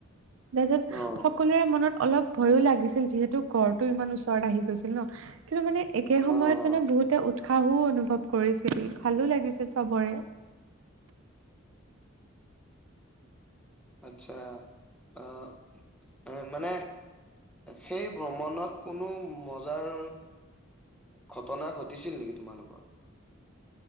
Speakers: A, on the right; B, in the centre.
A: তাৰপিছত
B: অ',
A: সকলোৰে মনত অলপ ভয়ো লাগিছিল যিহেতু গড়টো ইমান ওচৰত আহি গৈছিল ন কিন্তু মানে একে সময়ত
B: অ',
A: মানে বহুতে উৎসাহো অনুভৱ কৰিছিল ভালো লাগিছিল চবৰে
B: আচ্চা অ মানে সেই ভ্ৰমণত কোনো মজাৰ ঘটনা ঘটিছিল নেকি তোমালোকৰ